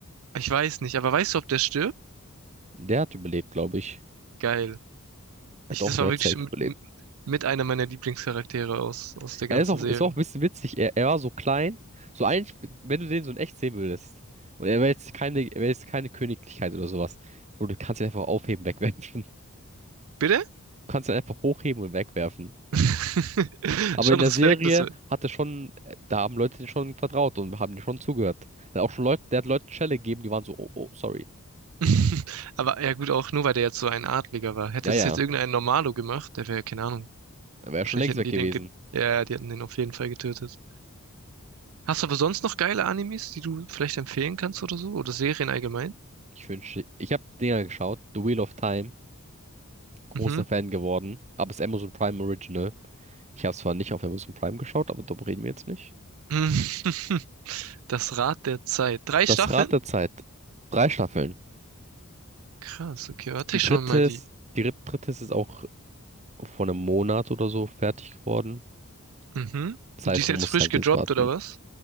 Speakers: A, on the right; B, on the right.
A: Ich weiß nicht, aber weißt du, ob der stirbt?
B: Der hat überlebt, glaube ich.
A: Geil. Ich,
B: Ja doch,
A: das
B: der
A: war
B: hat
A: wirklich
B: safe
A: m-
B: überlebt.
A: m- mit einer meiner Lieblingscharaktere aus, aus der ganzen
B: Er ist auch,
A: Serie.
B: ist auch ein bisschen witzig. Er, er war so klein. So eigentlich, wenn du den so in echt sehen würdest. Und er wäre jetzt keine, er wäre jetzt keine Königlichkeit oder sowas. Bro, du kannst ihn einfach aufheben, <laughs> wegwerfen.
A: Bitte?
B: Du kannst ihn einfach hochheben und wegwerfen.
A: <laughs>
B: Aber
A: Schon
B: in der
A: Respekt,
B: Serie
A: das
B: hat er schon, da haben Leute den schon vertraut und haben den schon zugehört. Er hat auch schon Leute, der hat Leuten Schelle gegeben, die waren so, oh, oh, sorry.
A: <laughs> Aber ja gut, auch nur weil der jetzt so ein Adliger war. Hätte
B: Ja,
A: das
B: ja.
A: jetzt irgendein Normalo gemacht, der wäre, keine Ahnung.
B: Dann wäre
A: Wahrscheinlich
B: schon längst
A: hätten
B: weg
A: die
B: gewesen.
A: den, ge ja, die hätten den auf jeden Fall getötet. Hast du aber sonst noch geile Animes, die du vielleicht empfehlen kannst oder so? Oder Serien allgemein?
B: Ich wünschte, ich habe Dinger geschaut, The Wheel of Time, großer
A: Mhm.
B: Fan geworden, aber es ist Amazon Prime Original. Ich habe zwar nicht auf Amazon Prime geschaut, aber darüber reden wir jetzt nicht.
A: <laughs> Das Rad der Zeit. Drei
B: Das
A: Staffeln?
B: Rad der Zeit, drei Staffeln.
A: Krass, okay, warte
B: Die
A: ich
B: dritte
A: schon mal
B: ist,
A: die.
B: die dri- dritte ist jetzt auch vor einem Monat oder so fertig geworden.
A: Mhm.
B: Das
A: Und
B: heißt,
A: Die ist
B: man
A: jetzt
B: muss
A: frisch
B: halt
A: gedroppt
B: jetzt warten.
A: oder was?